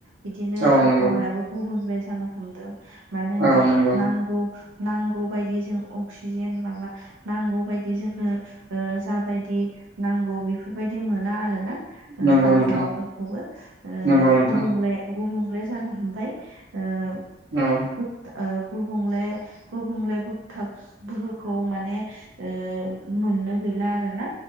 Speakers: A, on the right (about 85°); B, on the right (about 75°).
A: बिदिनो
B: औ
A: आफावायाबो
B: नंगौ
A: गुबुंले जानो हमदों मानो होमबा
B: औ नंगौ
A: नांगौ नांगौ बायदि जों अक्सिजेन माबा नांगौ बायदि जोंनो ओ जाबायदि नांगौ बेफोर- बायदि मोना आरोना ओ
B: नंगौ
A: बारहावाफोरखौबो
B: नोंथां
A: ओ
B: नंगौ नोंथां
A: गुबुंले गुबुंले जानो हमबाय ओ
B: औ
A: ओ गुबुंले गुबुंले बोगथाब बोहो- खौ माने ओ मोननो गैला आरो ना